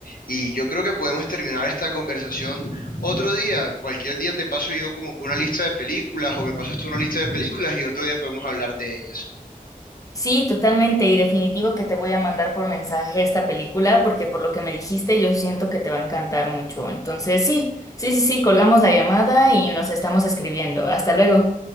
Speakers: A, on the left (about 80°); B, on the left (about 25°).
A: y yo creo que podemos terminar esta conversación otro día, cualquier día te paso yo como que una lista de películas o me pasas tú una lista de películas y otro día podemos hablar de ellas.
B: Sí, totalmente y definitivo que te voy a mandar por mensaje esta película porque por lo que me dijiste yo siento que te va a encantar mucho. Entonces, sí, sí, sí, sí, colgamos la llamada y nos estamos escribiendo. Hasta luego.